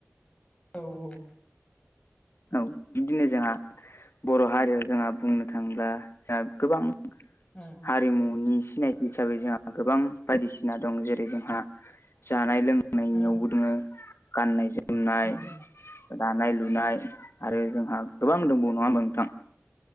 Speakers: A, on the left; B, on the left.
A: औ-औ।
B: औ बिदिनो जोंहा। बर' हारियाव जोंहा बुंनो थाङोब्ला जोंहा गोबां
A: उम।
B: आरिमुनि सिनायथि हिसाबै जोंहा गोबां बायदिसिना दं जेरै- जोंहा जानाय लों नायनियावबो
A: ओ
B: दोङो गाननाय-जोमनाय,
A: उम उम
B: दानाय-लुनाय। आरो जोंहा गोबां दंबावो नङा होमबा नोंथां?